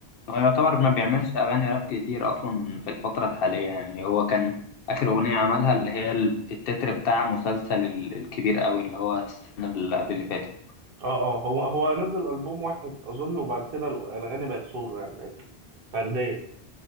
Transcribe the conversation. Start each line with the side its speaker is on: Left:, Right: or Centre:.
Left: هو يعتبر ما
Right: اه
Left: بيعملش أغاني راب كتير أصلا في الفترة الحالية يعني هو كان آخر أغنية عملها اللي هي ال- التتر بتاع مسلسل ال- الكبير قوي اللي هو السنة اللي قبل اللي فاتت
Right: اه هو هو نزل ألبوم واحد اظن وبعد كده الأغاني بقت سولو يعني بقت فردية